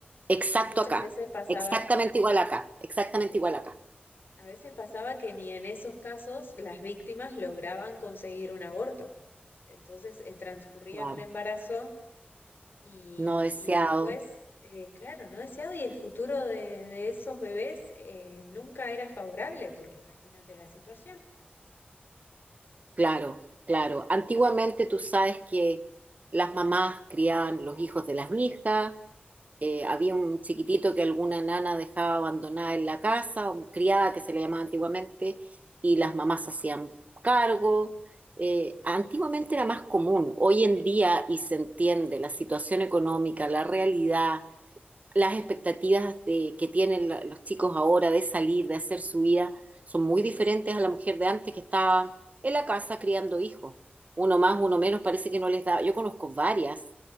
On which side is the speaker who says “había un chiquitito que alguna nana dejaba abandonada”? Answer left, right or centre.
Right